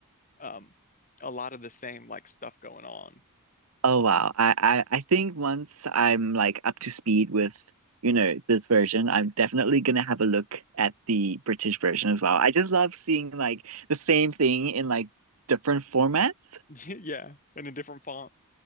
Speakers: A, on the left (about 35°); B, on the right (about 80°).
A: um a lot of the same like stuff going on.
B: Oh wow. I, I I think once I'm like up to speed with, you know, this version, I'm definitely gonna have a look at the British version as well. I just love seeing like the same thing in like different formats.
A: <laughs> Yeah, in a different font.